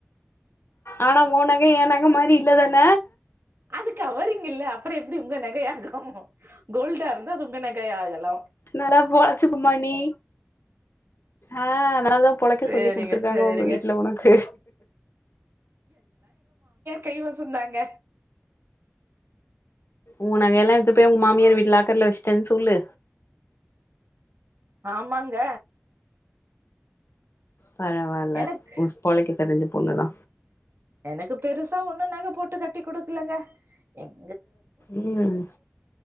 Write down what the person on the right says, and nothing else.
அது கவரிங் இல்ல அப்பறோ எப்டி உங்க நகையாகு கோல்டா இருந்தா அது உங்க நகையா இதெல்லா
சரிங்க
சரிங்க
கைவசம் தாங்க
ஆமாங்க
எனக்கு
எனக்கு பெருசா ஒண்ணு நகை போட்டு கட்டி குடுக்கலங்க எங்